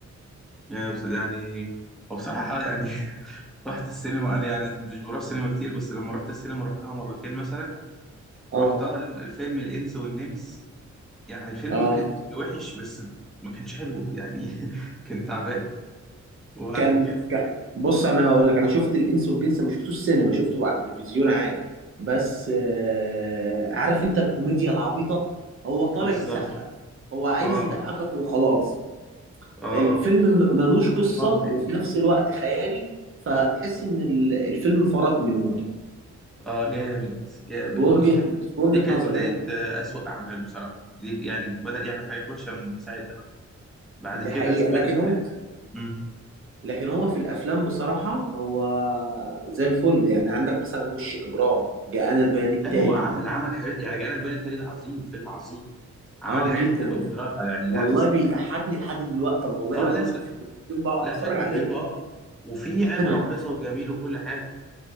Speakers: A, in the centre; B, on the right (about 45°).
A: يعني بص- يعني هو بصراحه يعني <laughs> رحت السينما انا يعني مش بروح سينما كتير بس لما رحت السينما رحتها مرتين مثلا
B: اه
A: رحتها الفيلم الانس والنمس يعني الفيلم
B: اه
A: ما كانش وحش بس ما كانش حلو يعني <laughs> كان تعبان وبعد
B: كان
A: كده
B: كان- بص انا هقول لك انا شفت الانس والجنس ما شفتوش سينما شفته على التلفزيون عادي بس
A: مم.
B: آه، عارف انت الكوميديا العبيطه هو طالع
A: بالظبط
B: يسخف هو عايز
A: اه
B: يضحكك وخلاص
A: اه
B: الفيلم م-
A: آه.
B: ملوش قصه
A: حفظني
B: وفي نفس الوقت خيالي فتحس ان ال- الفيلم فرط منهم في
A: اه جامد جامد
B: وجهه
A: ودي كانت
B: في وجهه
A: دي كانت
B: نظر
A: بداية
B: يعني
A: آه، أسوأ أعماله بصراحة دي يعني بدأ يعمل حاجات وحشة من ساعتها بقى بعد
B: دي
A: كده
B: حقيقه
A: سمعت
B: لكن هو
A: ال... مم.
B: لكن هو في الافلام بصراحه هو زي الفل يعني عندك مثلا وش اجرام جاءنا البيان التالي
A: لا هو عمل عمل حاجات يعني جانا البيان التالي ده عظيم فيلم عظيم عمل
B: اه
A: حاجات
B: جدا
A: حلوه بصراحه يعني
B: والله
A: لا بس
B: بيضحكني لحد دلوقتي طب والله
A: اه
B: لو شفته
A: لا س-
B: في التلفزيون بقعد
A: لا
B: اتفرج
A: فيلم
B: عليه
A: حلو اه وفيه
B: <laughs>
A: عبره وعظه وجميل وكل حاجه